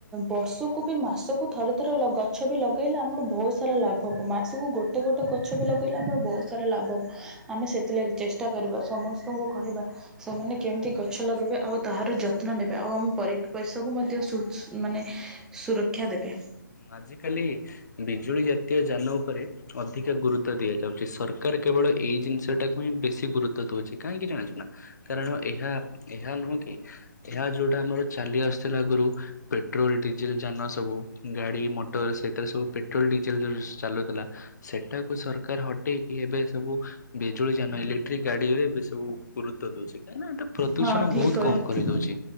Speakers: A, in the centre; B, on the left (about 55°).
A: ବର୍ଷକୁ ବି ମାସକୁ ଥରେ ଥରେ ଲ ଗଛ ବି ଲଗାଇଲେ ଆମର ବହୁତ ସାରା ଲାଭ ହେବ ମାସକୁ ଗୋଟେ ଗୋଟେ ଗଛ ବି ଲଗାଇଲେ ଆମର ବହୁତ ସାରା ଲାଭ ହେବ ଆମେ ସେଥିଲାଗି ଚେଷ୍ଟା କରିବା ସମସ୍ତଙ୍କୁ କହିବା ସେମାନେ କେମିତି ଗଛ ଲଗାଇବେ ଆଉ ତାହାର ଯତ୍ନ ନେବେ ଆଉ ଆମ ପରିବେଶକୁ ମଧ୍ୟ ସ୍ଵ
B: ହୁଁ
A: ମାନେ ସୁରକ୍ଷା ଦେବେ।
B: ଆଜିକାଲି ବିଜୁଳି ଜାତୀୟ ଯାନ ଉପରେ ଅଧିକା ଗୁରୁତ୍ୱ ଦିଆଯାଉଛି ସରକାର କେବଳ ଏଇ ଜିନିଷଟାକୁ ହିଁ ବେଶୀ ଗୁରୁତ୍ୱ ଦଉଛି କାହିଁକି ଜାଣିଛୁ ନା କାରଣ ଏହା ଏହା ନୁହେଁ କି ଏହା ଯୋଉଟା ଆମର ଚାଲି ଆସୁଥିଲା ଆଗରୁ ପେଟ୍ରୋଲ ଡିଜେଲ ଯାନ ସବୁ ଗାଡ଼ି ମୋଟର ସେଥିରେ ସବୁ ପେଟ୍ରୋଲ ଡିଜେଲ୍ ଯେଉ ସେ ଚାଲୁଥିଲା ସେଇଟାକୁ ସରକାର ହଟେଇକି ଏବେ ସବୁ ବିଜୁଳି ଯାନ ଇଲେକ୍ଟ୍ରିକ୍ ଗାଡ଼ିରେ ଏବେ ସବୁ ଗୁରୁତ୍ୱ ଦେଉଛି କାହିଁକିନା ଏଟା ପ୍ରଦୂଷଣ
A: ହଁ ଠିକ
B: ବହୁତ
A: କହିଲୁ
B: କମ କରିଦଉଛି